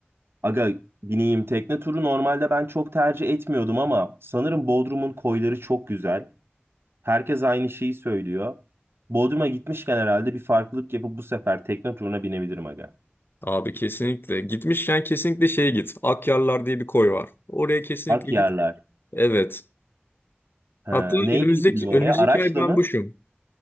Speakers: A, on the right; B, on the left.
A: Aga bineyim tekne turu normalde ben çok tercih etmiyordum ama sanırım Bodrum'un koyları çok güzel. Herkes aynı şeyi söylüyor. Bodrum'a gitmişken herhalde bir farklılık yapıp bu sefer tekne turuna binebilirim aga.
B: Abi kesinlikle. Gitmişken kesinlikle şeye git. Akyarlar diye bir koy var. Oraya kesinlikle
A: Akyarlar.
B: git. Evet.
A: Ha,
B: Hatta
A: neyle
B: önümüzdeki
A: gidiliyor
B: önümüzdeki
A: oraya? Araçla
B: ay ben
A: mı?
B: boşum.